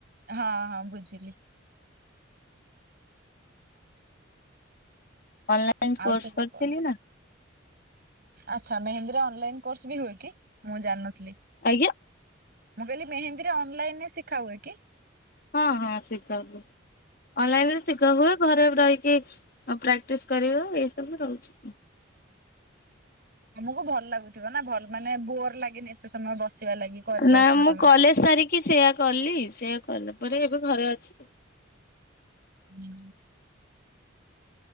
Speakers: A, on the right; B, on the left.
A: ହଁ ହଁ ବୁଝିଲି।
B: ଅନଲାଇନ
A: ଆଉ
B: କୋର୍ସ
A: ସବୁ
B: କରିଥିଲି
A: କଣ
B: ନା।
A: ଆଚ୍ଛା, ମେହେନ୍ଦୀରେ ଅନଲାଇନ୍ କୋର୍ସ ବି ହୁଏ କି? ମୁଁ ଜାଣିନଥିଲି।
B: ଆଜ୍ଞା।
A: ମୁଁ କହିଲି, ମେହେନ୍ଦୀରେ ଅନଲାଇନରେ ଶିଖା ହୁଏ କି?
B: ହଁ ହଁ ଶିଖା ହୁଏ। ଅନଲାଇନରେ ଶିଖା ହୁଏ। ଘରେ ରହି କି ପ୍ରାକ୍ଟିସ କରିବା, ଏ ସବୁ ରହୁଛି।
A: ତମକୁ ଭଲ ଲାଗୁଥିବ ନା ଭଲ ମାନେ ବୋର୍ ଲାଗେନି ଏତେ ସମୟ ବସିବା ଲାଗି, କରି
B: ନା
A: ଦଉଥିବ
B: ମୁଁ
A: ତମେ।
B: କଲେଜ ସାରିକି ସେଇୟା କଲି, ସେଇୟା କଲାପରେ ଏବେ ଘରେ ଅଛି।
A: ହୁଁ,